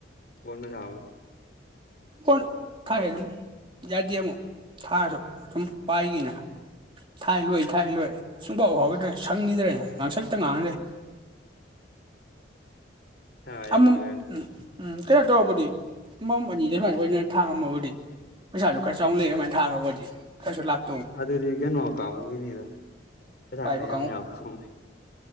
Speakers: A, on the left (about 50°); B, on the right (about 25°).
A: ꯣꯅ ꯆꯕ
B: ꯑꯣ ꯀ ꯌꯥꯗꯤ ꯑꯃꯣ ꯊꯥꯔ ꯑꯗꯨꯝ ꯄꯥꯏꯒꯤꯅ ꯊꯥꯏ ꯂꯣꯏ ꯊꯥꯏ ꯂꯣꯏ ꯁꯨꯡꯐꯥꯎ ꯍꯧꯥꯎꯗ꯭ꯔꯦ ꯁꯪꯈꯤꯗ꯭ꯔꯦ ꯉꯥꯡꯁꯛꯇ ꯉꯥꯡꯅꯗꯦ
A: ꯍ
B: ꯑꯃꯃꯝ
A: ꯌꯥꯎꯒ
B: ꯎꯝ ꯎꯝ ꯀꯩꯅꯣ ꯇꯧꯔꯕꯨꯗꯤ ꯑꯃꯃꯝ ꯑꯅꯤꯗ ꯁꯨꯃꯥꯏꯅ ꯑꯣꯏꯅꯅ ꯊꯥꯡꯉꯝꯃꯕꯨꯗꯤ ꯄꯩꯁꯥꯗꯨꯣ ꯈꯔ ꯆꯥꯎꯅ ꯂꯩꯩ ꯑꯗꯨꯃꯥꯏꯅ ꯊꯥꯡꯉꯒꯗꯤ ꯈꯔꯁꯨ ꯂꯥꯛꯦ
A: ꯑꯗꯨꯗꯤ ꯀꯩꯅꯣ ꯀꯥꯡꯕꯨꯒꯤꯅꯤꯗ ꯄꯩꯁꯥ
B: ꯄꯥꯏꯕ
A: ꯈ ꯌꯥꯝ ꯌꯥꯎꯋ ꯀꯥꯡꯃꯕꯨ